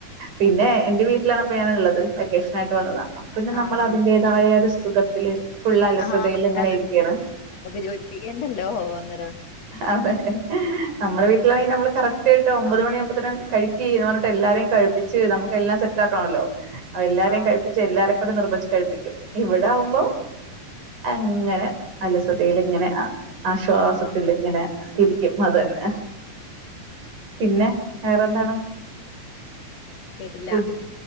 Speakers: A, on the right; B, on the left.
A: പിന്നെ എന്റെ വീട്ടിലാണിപ്പൊ ഞാൻള്ളത് വെക്കേഷൻ ആയിട്ട് വന്നതാ അപ്പപിന്നെ
B: ആഹ്
A: നമ്മൾ അതിന്റേതായ ഒരു സുഖത്തില് ഫുള് അലസതയിൽ
B: ആഹ് ആഹ്
A: ഇങ്ങനെ ഇരിക്കാണ്
B: നമുക്ക് ജോലി ചെയ്യണ്ടല്ലോ അന്നേരം
A: അതെ നമ്മുടെ വീട്ടിലാണെങ്കിൽ ന മ്മള് കറക് ട്ട് ഒമ്പത്
B: അവിടെ
A: മണിയാകുമ്പത്തീനും കഴി കീണോന്ന് പറഞ്ഞിട്ട് എല്ലാരെയും കഴിപ്പി ശരി നമുക്ക് എല്ലാം സെറ്റ് ആക്കണല്ലോ അ എല്ലാരേം
B: ആഹ്
A: കഴിപ്പിച്ച് എല്ലാരേം നിർബന്ധിച്ച് കഴിപ്പിക്കും ഇവിടെ ആകുമ്പോ അങ്ങനെ അലസതയിലങ്ങനെ ആശ്വാസത്തിൽ
B: ആഹ്
A: ഇങ്ങനെ ഇരി ക്കും അത് തന്നെ പിന്നെ വേറെന്താണ്
B: കേട്ടില്ല
A: ഫുഡ്